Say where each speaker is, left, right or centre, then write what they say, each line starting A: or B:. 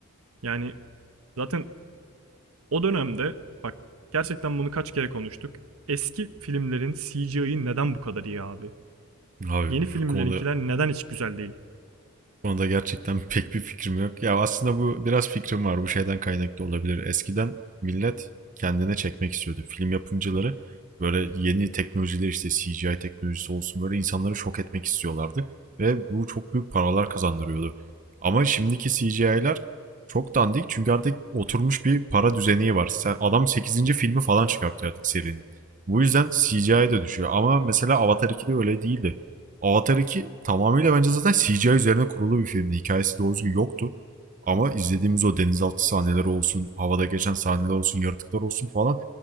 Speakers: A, on the right (about 80°); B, on the right (about 40°).
A: Yani zaten o dönemde bak gerçekten bunu kaç kere konuştuk. Eski filmlerin CGI'yi neden bu kadar iyi abi?
B: Abi
A: Yeni
B: bu
A: filmlerinkiler
B: konuda, bu
A: neden hiç güzel değil?
B: konuda gerçekten <laughs> pek bir fikrim yok. Ya aslında bu biraz fikrim var. Bu şeyden kaynaklı olabilir. Eskiden millet kendine çekmek istiyordu. Film yapımcıları böyle yeni teknolojiler işte CGI teknolojisi olsun böyle insanları şok etmek istiyorlardı. Ve bu çok büyük paralar kazandırıyordu. Ama şimdiki CGI'ler çok dandik çünkü artık oturmuş bir para düzeni var. Sen, adam sekizinci filmi falan çıkartıyor artık serinin. Bu yüzden CGI de düşüyor. Ama mesela Avatar 2'de öyle değildi. Avatar 2 tamamıyla bence zaten CGI üzerine kurulu bir filmdi. Hikayesi doğru düzgün yoktu. Ama izlediğimiz o denizaltı sahneleri olsun, havada geçen sahneler olsun, yaratıklar olsun falan